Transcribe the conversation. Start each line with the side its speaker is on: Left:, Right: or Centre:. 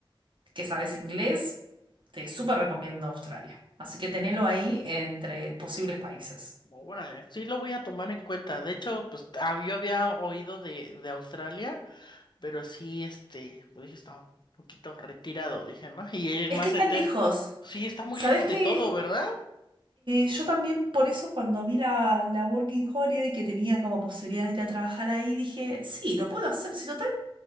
Right: que sabes inglés, te súper recomiendo Australia. Así que tenelo ahí entre posibles países.
Left: órale, sí lo voy a tomar en cuenta. De hecho, pues ah, yo había oído de, de Australia. Pero sí, este, lo dije, está un poquito retirado, dije, ¿no? <laughs> Y el
Right: Es
Left: más
Right: que está
Left: certero,
Right: lejos.
Left: sí, está muy
Right: ¿Sabés
Left: lejos
Right: que
Left: de todo, ¿verdad?
Right: yo también por eso cuando vi la, la Working Holiday que tenía como posibilidad de ir a trabajar ahí, dije, sí, lo puedo hacer. Si total,